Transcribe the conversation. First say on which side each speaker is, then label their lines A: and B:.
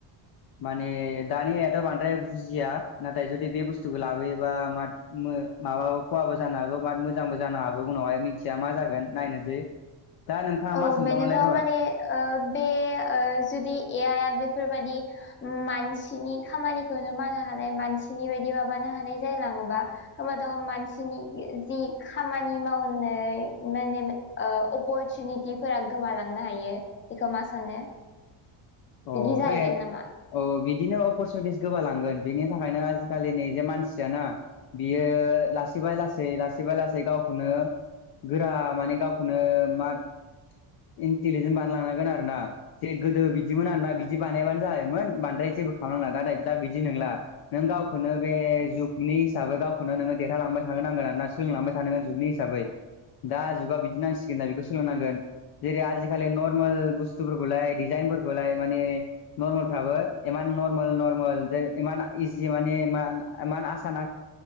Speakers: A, on the left (about 55°); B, on the left (about 25°).
A: माने दानियाएद' बांद्राय बुजिया नाथाय जुदि बे बुस्थुखो लाबोयोबा माद। मो माबाबो खहाबो जानो हागौ बा मोजांबो जानो हागौ उनावहाय मिथिया मा जागोन नायनोसै। दा नोंथाङा
B: औ
A: मा सोंगोमोनलाय।
B: बेनोथ' माने ओ बे ओ जुदि एआइ आ बेफोरबायदि ओम मान--। मानसिनि खामानिखौनो मावनो हानाय मानसिनि बायदि माबानो हानाय जालाङोबा। होमबाथ' मानसिनि गि जि। खामानि मावनोय माने ओ अपरसुनि--। बिफोरा गोमालांनो हायो बिखो मा सानो।
A: औ
B: बिदि जाहैगोन
A: दे
B: नामा।
A: औ बिदिनो अपरसुनिटिस गोबालांगोन बिनि थाखायनो आजिखालि नि जे मानसियाना। बियो लासैबाय लासै लासैबा लासै गावखौनो। गोरा माने गावखौनो माद--। इन्टिलिजेन बानायलांनांगोन आरो ना जे गोदो बिद--। बिदिमोन आरोना बिदि बानायबानो जायोमोन बांद्राय जेबो खालामनांला दा नायद दा बिदि नोंला नों गावखौनो बे। ए जुगनिहासाबै गावखौनो नोङो देरहालांबाय थानो नांगोन आरोना ना सोलोंलांबाय थानोा जुगनि हिसाबै। दा जुगा बिदि नांसिगोनना बेखौ सोलोंनांगोन। जेरै आजिखालि नर्मेल बुस्थुफोरखौलाय डिजाइनफोरख--। खौलाय माने नर्मेलफ्राबो एमान नर्मेल नर्मेल जे एमान इजि माने मा। एमान आसान